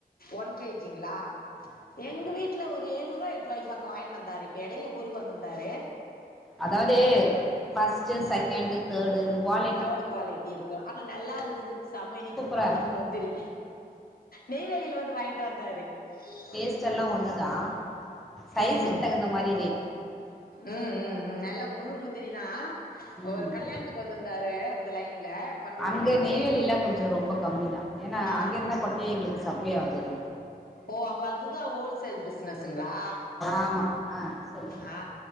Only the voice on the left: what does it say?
ஒன் கேஜிங்களா எங்க வீட்டுல ஒரு எழுநூறுவா எட்டு ரூபாய்க்குபக்கா வாயின்ட்டு வந்தாரு வந்தாரு இப்ப இடையில ஊருக்கு வந்துருந்தாரு
தேர்டு குவாலிட்டி இருக்கு ஆனா நல்லா இருந்தது சம இனிப்பு
அந்த முந்திரி நெய்வேலியில வந்து வாங்கிட்டு வந்தாரு கே
ம்
ம் ம் ம் நல்ல முழு முந்திரிதா
ஒரு கல்யாணத்துக்கு வந் தாரு அந்த லைன்ல
லைனு
அ
ஓ அப்ப அதுதா ஹோல்சேல் பிசனஸ்ங்களா
ஆ ஆ